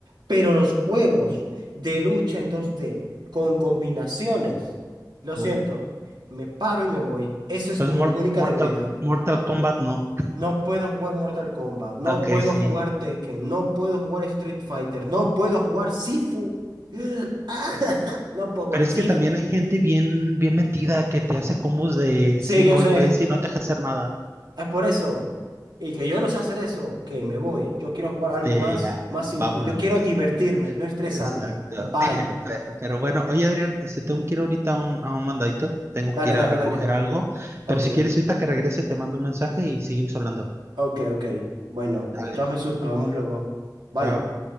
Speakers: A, on the right; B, on the right.
A: Pero los juegos de lucha en dos d con combinaciones, lo siento,
B: No.
A: me paro y me voy. Esa es
B: Entonces,
A: mi
B: Mor-
A: única
B: Mortal,
A: debilidad.
B: Mortal Kombat no.
A: No puedo jugar Mortal Kombat, no
B: Ok,
A: puedo
B: sí.
A: jugar Tekken, no puedo jugar Street Fighter, no puedo jugar Sifu. <gasps> Ah, <laughs> No puedo jugar
B: Pero es
A: Sifu.
B: que también hay gente bien, bien metida que te hace combos de
A: Sí,
B: 100
A: yo
B: golpes
A: sé.
B: y no te deja hacer nada.
A: Es por eso. Y que yo no sé hacer eso, que me voy. Yo quiero jugar
B: De,
A: algo más,
B: ah,
A: más simple.
B: vámonos.
A: Yo quiero divertirme, no estresarme.
B: Exacto.
A: Bye.
B: <laughs> Pe- Pero bueno, oye Adrián, este, tengo que ir ahorita a un, a un mandadito. Tengo
A: Dale,
B: que ir
A: dale,
B: a recoger
A: dale.
B: algo.
A: Ok,
B: Pero si quieres, ahorita que regrese, te mando un mensaje y seguimos hablando.
A: ok, ok. Bueno,
B: Dale.
A: chao Jesús, nos vemos luego. Bye.
B: Chao.